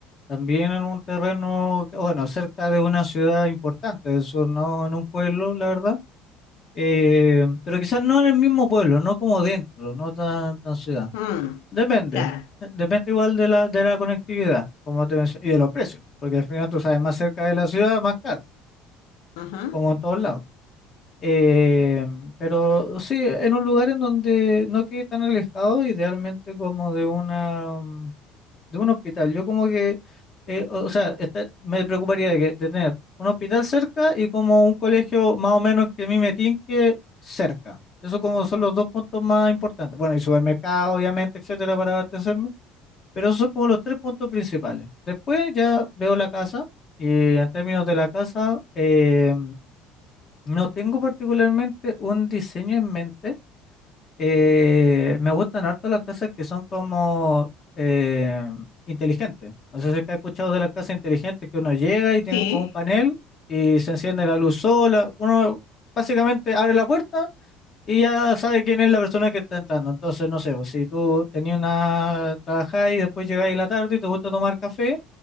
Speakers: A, on the left; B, on the left.
A: también en un terreno, que- bueno, cerca de una ciudad importante del sur, no en un pueblo, la verdad, eh, pero quizás no en el mismo pueblo, no como dentro, no tan, tan ciudad.
B: Mm,
A: Depende,
B: claro.
A: eh, depende igual de la, de la conectividad, como te mencioné, y de los precios, porque al final tú sabes, más cerca de la ciudad, más caro,
B: ujú,
A: como en todos lados. Eh, pero sí, en un lugar en donde no quede tan alejado, idealmente como de una mm, de un hospital. Yo como que, eh, o, o sea, está- me preocuparía de, que, de tener un hospital cerca y como un colegio más o menos que a mí me tinque cerca. Eso como son los dos puntos más importantes. Bueno, y supermercado, obviamente, etcétera, para abastecerme. Pero esos son como los tres puntos principales. Después ya veo la casa y en términos de la casa... eh, no tengo particularmente un diseño en mente. Eh, me gustan harto las casas que son como eh, inteligentes. No sé si es que has escuchado de las casas inteligentes que uno llega y tienen
B: Sí,
A: como un panel y se enciende la luz sola. Uno básicamente abre la puerta y ya sabe quién es la persona que está entrando. Entonces, no sé, pues, si tú tenías una trabajada y después llegáis a la tarde y te gusta tomar café.